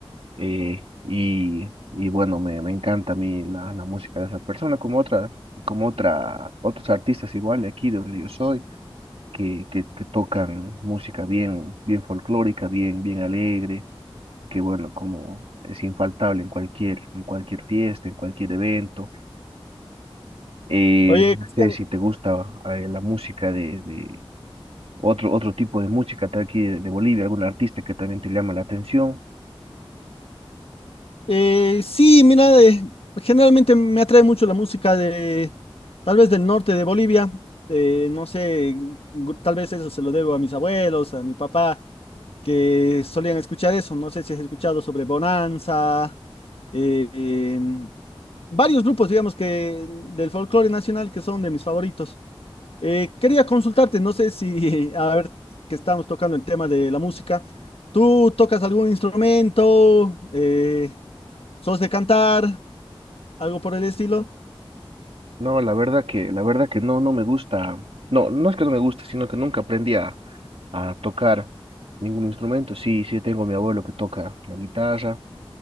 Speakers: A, on the right; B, on the left.
A: eh, y, y bueno, me, me encanta a mí la, la música de esa persona, como otra, como otra, otros artistas igual de aquí de donde yo soy, que, que, que tocan música bien, bien folclórica, bien, bien alegre, que bueno, como es infaltable en cualquier, en cualquier fiesta, en cualquier evento. Eh,
B: Oye,
A: no
B: Cristian,
A: sé si te gusta eh, la música de, de otro, otro tipo de música de aquí de de Bolivia, algún artista que también te llama la atención.
B: Eh, sí, mira, eh, generalmente me atrae mucho la música de, tal vez del norte de Bolivia, eh, no sé, gu- tal vez eso se lo debo a mis abuelos, a mi papá, que solían escuchar eso, no sé si has escuchado sobre Bonanza, eh, em, varios grupos, digamos, que del folclore nacional que son de mis favoritos. Eh, quería consultarte, no sé si, <laughs> a ver, que estamos tocando el tema de la música, ¿tú tocas algún instrumento? Eh, ¿Sos de cantar? ¿Algo por el estilo?
A: No, la verdad que, la verdad que no, no me gusta. No, no es que no me guste, sino que nunca aprendí a, a tocar ningún instrumento. Sí, sí tengo a mi abuelo que toca la guitarra,